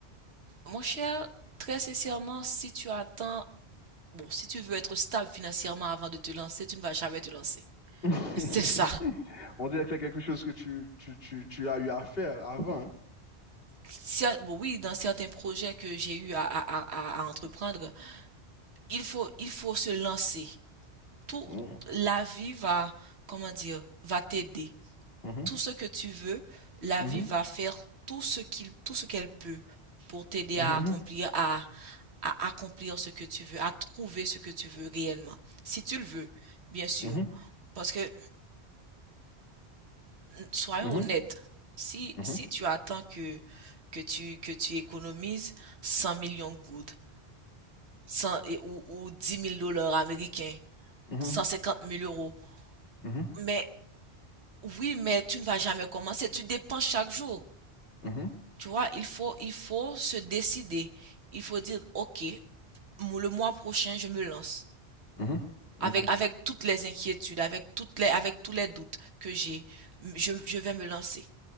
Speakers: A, on the right; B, on the left.
A: Mon cher, très sincèrement, si tu attends, bon, si tu veux être stable financièrement avant de te lancer, tu ne vas jamais te lancer.
B: <laughs>
A: <laughs> C'est ça.
B: On dirait que c'est quelque chose que tu, tu, tu, tu as eu à faire avant. hein.
A: Cer- bon, Oui, dans certains projets que j'ai eu à, à- à- à à entreprendre, il faut, il faut se lancer. Tout,
B: Mhm,
A: la vie va, comment dire, va t'aider.
B: mhm,
A: tout ce que tu veux, la
B: mhm,
A: vie va faire tout ce qu'il, tout ce qu'elle peut pour t'aider
B: mhm,
A: à accomplir, à, à accomplir ce que tu veux, à trouver ce que tu veux réellement. Si tu le veux, bien sûr.
B: mhm,
A: Parce que, soyons
B: mhm,
A: honnêtes,
B: mhm,
A: si,
B: mhm,
A: si tu attends que, que tu, que tu économises 100 millions de gouttes, 100 et- ou, ou 10 000 dollars américains,
B: mhm,
A: cent cinquante mille euros,
B: mhm,
A: mais oui, mais tu ne vas jamais commencer, tu dépenses chaque jour.
B: mhm,
A: Tu vois, il faut, il faut se décider. Il faut dire, OK, mo- le mois prochain, je me lance.
B: mhm. Ok.
A: Avec, avec toutes les inquiétudes, avec toutes les, avec tous les doutes que j'ai, m- je, je vais me lancer.